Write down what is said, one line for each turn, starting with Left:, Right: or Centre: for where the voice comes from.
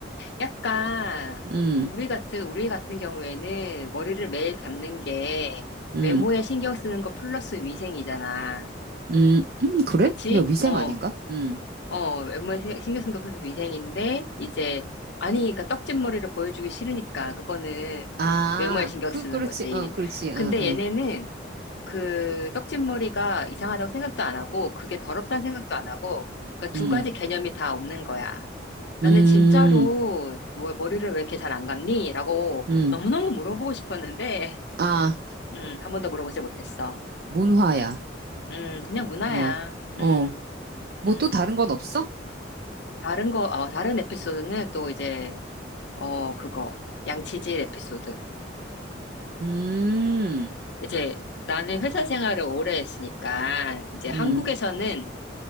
Left: 약간
Right: 음,
Left: 우리 같은 우리 같은 경우에는 머리를 매일 감는 게
Right: 음,
Left: 외모에 신경 쓰는 거 플러스 위생이잖아.
Right: 음, 음, 그래?
Left: 그치?
Right: 그냥 위생
Left: 어,
Right: 아닌가? 음.
Left: 어, 외모에 세- 신경 쓰는 거 플러스 위생인데 이제 아니, 그러니까 떡진 머리를 보여주기 싫으니까 그거는
Right: 아,
Left: 외모에 신경
Right: 그,
Left: 쓰는
Right: 그렇지,
Left: 거지.
Right: 어, 그렇지, 어,
Left: 근데
Right: 어.
Left: 얘네는 그 떡진 머리가 이상하다고 생각도 안 하고 그게 더럽다는 생각도 안 하고 그러니까
Right: 음,
Left: 두 가지 개념이 다 없는 거야. 나는
Right: 음,
Left: 진짜로 뭐- 머리를 왜 이렇게 잘 안 감니? 라고
Right: 음.
Left: 너무너무 물어보고 싶었는데,
Right: 아,
Left: 음, 한 번도 물어보지 못했어.
Right: 문화야.
Left: 음, 그냥 문화야.
Right: 어,
Left: 음,
Right: 어. 뭐
Left: 음.
Right: 또 다른 건 없어?
Left: 다른 거, 어, 다른 에피소드는 또 이제, 어, 그거. 양치질 에피소드.
Right: 음,
Left: 이제 나는 회사 생활을 오래 했으니까, 이제
Right: 음,
Left: 한국에서는